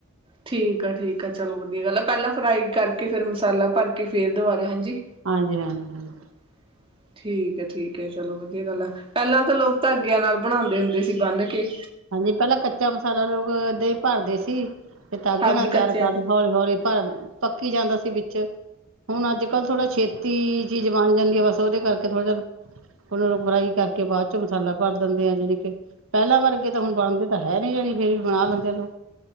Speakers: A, on the right; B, on the right.
A: ਠੀਕ ਆ ਠੀਕ ਆ ਚਲੋ ਵਧੀਆ ਗੱਲ ਆ ਪੈਲਾਂ ਫਰਾਈ ਕਰਕੇ ਫਿਰ ਮਸਾਲਾ ਭਰ ਕੇ ਫੇਰ ਦੁਬਾਰਾ ਹਾਂਜੀ।
B: ਹਾਂਜੀ ਹਾਂਜੀ ਹਾਂਜੀ।
A: <inaudible> ਠੀਕ ਐ ਠੀਕ ਐ ਚਲੋ ਵਧੀਆ ਗੱਲ ਐ, ਪੈਲਾਂ ਤਾਂ ਲੋਕ ਧਾਗਿਆਂ ਨਾਲ ਬਣਾਂਦੇ ਹੁੰਦੇ ਸੀ ਬੰਨ ਕੇ।
B: ਹਾਂਜੀ, ਪੈਲਾਂ ਕੱਚਾ ਮਸਾਲਾ ਲੋਕ ਏਦਾਂ ਈ ਭਰਦੇ ਸੀ। ਤੇ ਧਾਗਾ
A: ਹਾਂਜੀ
B: ਨਾਲ ਤਿਆਰ
A: ਕੱਚਿਆਂ
B: ਕਰਦੇ,
A: ਦੀ
B: ਹੌਲੀ-ਹੌਲੀ ਪਰ ਪੱਕੀ ਜਾਂਦਾ ਸੀ ਵਿੱਚ। ਹੁਣ ਅੱਜ ਕੱਲ੍ਹ ਥੋੜਾ ਛੇਤੀ ਚੀਜ਼ ਬਣ ਜਾਂਦੀ ਐ ਬਸ ਓਦੇ ਕਰਕੇ ਥੋੜ੍ਹਾ ਜਾ ਓਨਾਂ ਨੂੰ ਫਰਾਈ ਕਰਕੇ ਬਾਦ ਚ ਮਸਾਲਾ ਭਰ ਦਿੰਦੇ ਆ ਜਾਣੀ ਕੇ ਪੈਲਾਂ ਵਰ ਵਰਗੇ ਤਾਂ ਹੁਣ ਬਣਦੇ ਤਾਂ ਹੈ ਨੀ ਜਾਣੀ ਫੇਰ ਵੀ ਬਣਾ ਲੈਂਦੇ ਲੋਕ।